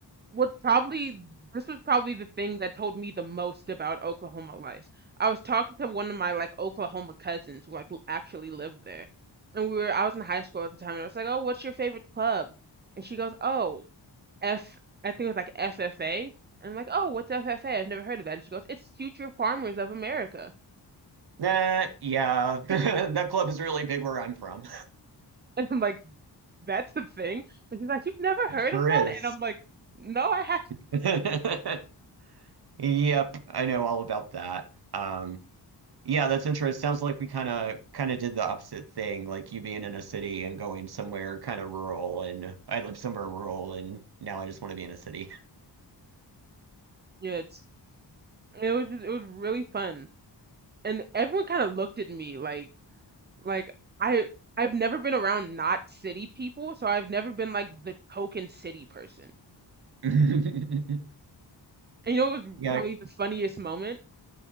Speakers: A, on the right (about 25°); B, on the right (about 60°).
A: What probably this was probably the thing that told me the most about Oklahoma life. I was talking to one of my like Oklahoma cousins who like l- actually lived there, and we were I was in high school at the time, and I was like, "Oh, what's your favorite club?" And she goes, "Oh, F. I think it was like FFA." And I'm like, "Oh, what's FFA? I've never heard of that." And she goes, "It's Future Farmers of America."
B: That, yeah, <laughs>
A: <laughs>
B: that club is really big where I'm from.
A: And I'm like, that's the thing. And she's like, you've never
B: It
A: heard
B: sure
A: of that?
B: is.
A: And I'm like, no, I haven't.
B: <laughs> Yep, I know all about that. Um, yeah, that's interesting. Sounds like we kind of kind of did the opposite thing, like you being in a city and going somewhere kind of rural, and I live somewhere rural, and now I just want to be in a city.
A: Yeah, it's, it was just, it was really fun. And everyone kind of looked at me like like I I've never been around not city people, so I've never been like the token city person.
B: <laughs>
A: And you know, it was
B: Yeah,
A: probably the funniest moment.